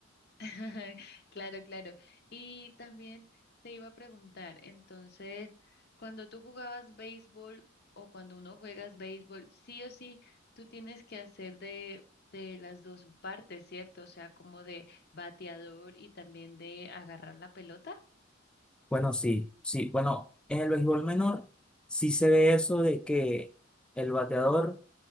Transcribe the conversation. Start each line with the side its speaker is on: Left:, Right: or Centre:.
Left: <laughs> Claro, claro. Y también te iba a preguntar, entonces, cuando tú jugabas béisbol o cuando uno juegas béisbol, sí o sí, tú tienes que hacer de, de las dos partes, ¿cierto? O sea, como de bateador y también de agarrar la pelota.
Centre: Bueno, sí, sí, bueno, en el béisbol menor sí se ve eso de que el bateador